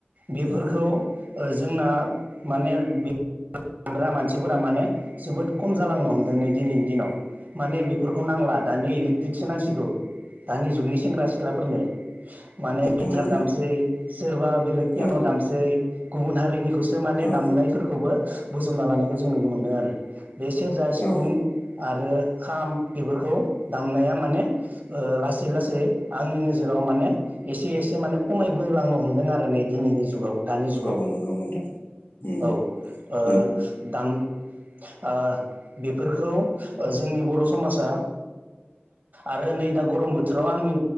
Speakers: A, on the right (about 50°); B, on the left (about 60°).
A: बेफोरखौ
B: औ
A: ओ जोंना माने बे हग्रा मानसिफोरा माने जोबोद खम जालांनो हमदों नै दिनैनि दिनाव। माने बेफोरखौ नांला दानि इलेकट्रिकसो नांसिगौ दानि जुगनि सेंग्रा सिख्लाफोरनो। माने गिथार
B: औ नंगौ
A: दामसै सोरबा बेलेग
B: औ
A: यान दामसै गुबुन हारिनिखौसो
B: औ
A: माने दामनायफोरखौबो बोजबना लानायखौ जों नुनो मोनदों आरो बे सेरजा सिफुं
B: औ
A: आरो खाम बेफोरखौ दामनाया माने लासै लासै आंनि नोजोराव माने एसे एसे माने खमायबो लांनो हमदों आरो नै दिनैनि जुगाव। दानि जुगाव
B: औ नंगौ नोंथां ओम।
A: औ ओ दाम ओ बेफोरखौ जोंनि बर समाजा। आरो नै दा गरम बोथोराव आंनि